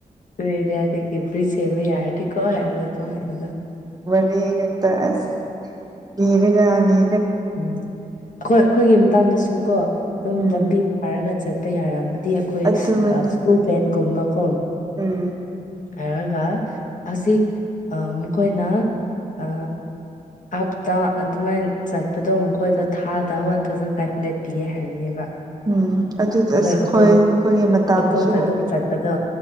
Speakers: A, on the left; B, on the right.
A: ꯅꯣꯢ ꯑꯗꯋꯥꯢꯗꯒꯤ ꯄꯤꯁ ꯁꯦꯝꯕ ꯌꯥꯔꯗꯤꯀꯣ ꯍꯥꯢꯔꯗ ꯗꯨꯝ ꯍꯥꯢꯕꯗꯣ
B: ꯗꯤ ꯍꯦꯛꯇ ꯑ ꯗꯤꯔꯒ ꯂꯤ
A: ꯎꯝ ꯑꯩꯈꯣꯏ ꯑꯩꯈꯣꯏꯒꯤ ꯃꯇꯥꯡꯗꯁꯨ ꯀꯣ ꯑꯗꯨꯝ
B: ꯎꯝ
A: ꯂꯝꯕꯤ ꯐꯥꯔꯒ ꯆꯠꯄ ꯌꯥꯔꯝꯕ ꯗꯤ ꯑꯩꯈꯣꯏ
B: ꯑꯗꯨꯒꯅꯤ
A: ꯑ ꯁ꯭ꯀꯨꯜ ꯕꯦꯟꯒꯨꯝꯕ ꯀꯣ
B: ꯎꯝ
A: ꯍꯥꯏꯔꯒ ꯍꯧꯖꯤꯛ ꯑ ꯃꯈꯣꯏꯅ ꯑ ꯑꯞꯇ ꯑꯗꯨ ꯃꯥꯢ ꯆꯠꯄꯗꯣ ꯃꯈꯣꯏꯗꯣ ꯊꯥꯗ ꯋꯥꯟ ꯊꯥꯎꯖꯟ ꯐꯥꯏꯚ ꯍꯟꯗ꯭ꯔꯦꯠ ꯄꯤꯌꯦ ꯍꯥꯏꯕꯅꯦꯕ
B: ꯎꯝ ꯑꯗꯨꯗ ꯑꯁ
A: ꯑꯩꯈꯣꯏ
B: ꯑꯈꯣꯏ
A: ꯑꯣꯇꯣ
B: ꯑꯩꯈꯣꯏꯒꯤ ꯃꯇꯥꯝꯗꯁꯨ
A: ꯑꯣꯇꯣꯗ ꯑꯗꯨꯝ ꯆꯠꯄꯗꯣ